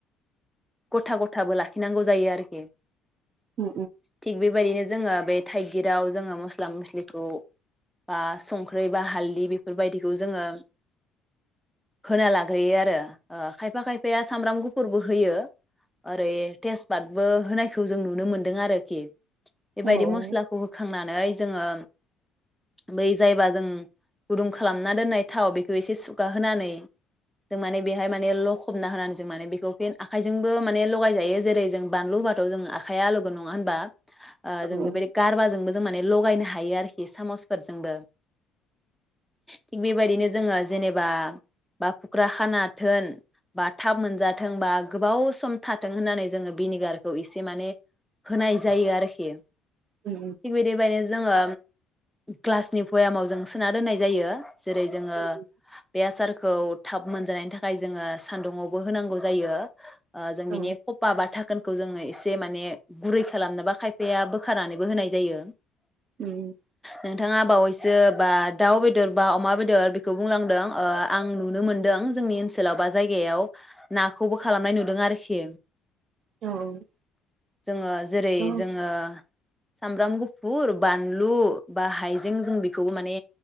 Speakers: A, in the centre; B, on the right.
A: गथा गथाबो लाखिनांगौ जायो आरोखि
B: उम
A: थिक बेबायदिनो जों जोङो बे थाइगिराव जोङो मस्ला मस्लिखौ बा संख्रि बा हालदै बेफोरबायदिखौ जोङो होना लाग्रोयो आरो ओ खायफा खायफाया सामब्राम गुफुरबो होयो आरो थेसपाद बो होनायखौ जों नुनो मोन्दों आरोखि
B: औ
A: बेबायदि
B: औ
A: मस्लाखौ होखांनानै जोङो बै जायबा जों गुदुं खालामना दोननाय थाव बेखौ एसे सुगाहोनानै जों माने बेहाय माने लखबना होनानै जों माने बेखौ फिन आ आखाइजोंबो माने लगायजायो जेरै जों बानलु होबाथ' जों आखाइया आलौगोन नङा होनबा ओ
B: औ
A: जों बेबायदि गारबा जोंबो जों माने लगायनो हयो आरोखि सामसफोरजोंबो थिग बेबायदिनो जोङो जेनेबा बा खुख्राखानाथोन बा थाब मोनजाथों बा गोबाव सम थाथों होननानै जोङो भिनिगारखौ एसे माने होनाय जायो आरोखि
B: उम
A: थिक बिदिबायद जोङो ग्लासनि भयामाव जों सोना दोननाय जायो जेरै जोङो
B: उम
A: बे आसारखौ थाब मोनजानायनि थाखाय जोङो सान्दुंआवबो होनांगौ जायो ओ जों
B: औ
A: बिनि फपा बा था खोनखौ जोङो एसे माने गुरै खालामनोबा खायफाया बोखारनानैबो होनाय जायो
B: उम
A: नोंथाङा बावैस सो बा दाउ बेदर बा अमा बेदर बेखौ बुंलांदों ओ आं नुनो मोनदों जोंनि ओनसोलाव बा जायगायाव नाखौबो खालामनाय नुदों आरोखि
B: औ
A: जोङो जेरै
B: थ'
A: जोङो सामब्राम गुफुर बानलु बा हाइजें जों बेखौबो माने